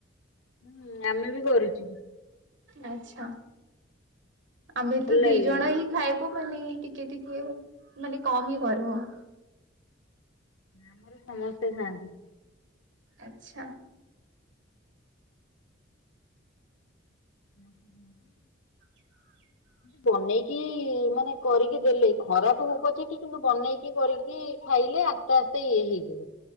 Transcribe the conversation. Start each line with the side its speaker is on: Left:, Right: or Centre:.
Left: ହୁଁ ଆମେ ବି କରିୁଛୁ।
Right: ଆଛା ଆମେ
Left: ଭଲ
Right: ତ
Left: ଲାଗେ।
Right: ଦି ଜଣ ହିଁ ଖାଇବୁ ମାନେ ଟିକେ ଟିକେ ମାନେ କମ ହିଁ କରିବୁ।
Left: ଅମାର ବି ସମସ୍ତେ ଖାଆନ୍ତି।
Right: ଆଚ୍ଛା।
Left: ହୁଁ ହୁଁ।
Right: <inaudible>
Left: ବନେଇକି ମାନେ କରିକି ଦେଲେ ଖରାପ ହୋଉପଛକେ କିନ୍ତୁ ବନେଇକି କରିକି ଖାଇଲେ ଆ ଆସ୍ତେ ଆସ୍ତେ ହେଇଯିବ।